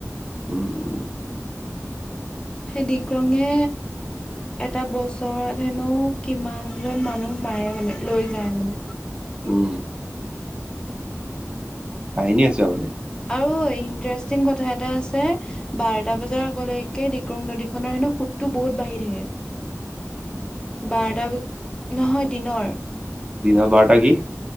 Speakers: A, on the right; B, on the left.
A: উম
B: সেই ডিক্ৰঙে এটা বছৰত হেনো কিমান জন মানুহ মাৰে মানে লৈ যায় মানে
A: উম কাহিনী আছে আৰু মানে
B: আৰু এণ্টেৰেষ্টিং কথা এটা আছে বাৰটা বজাৰ আগলৈকে ডিক্ৰং নদীখনৰ হেনু সোতটো বহুত বাঢ়ি থাকে বাৰটা বজ নহয় দিনৰ
A: দিনৰ বাৰটা কি?